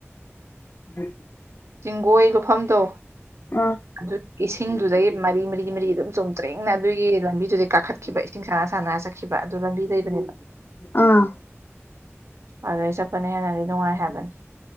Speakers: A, on the left (about 45°); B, on the right (about 70°).
A: ꯑꯝ
B: ꯆꯤꯡꯒꯣꯏ ꯂꯨꯐꯝꯗꯣ
A: ꯑꯥ
B: ꯑꯗꯨ ꯏꯁꯤꯡꯗꯨꯗꯒꯤ ꯃꯔꯤ ꯃꯔꯤ ꯃꯔꯤ ꯑꯗꯨꯝ ꯆꯣꯡꯊ ꯭ꯇꯔꯦꯡꯅ ꯑꯗꯨꯒꯤ ꯂꯝꯕꯤꯗꯨꯗꯩ ꯀꯥꯈꯠꯈꯤꯕ ꯏꯁꯤꯡ ꯁꯥꯟꯅ ꯁꯥꯟꯅ ꯆꯠꯈꯤꯕ ꯑꯗꯨ ꯂꯝꯕꯤ ꯂꯩꯕꯅꯦꯕ
A: ꯑꯥ
B: ꯑꯗꯨ ꯑꯩ ꯆꯠꯄꯅ ꯍꯦꯟꯅꯗꯤ ꯅꯨꯡꯉꯥꯏ ꯍꯥꯏꯕꯅꯦ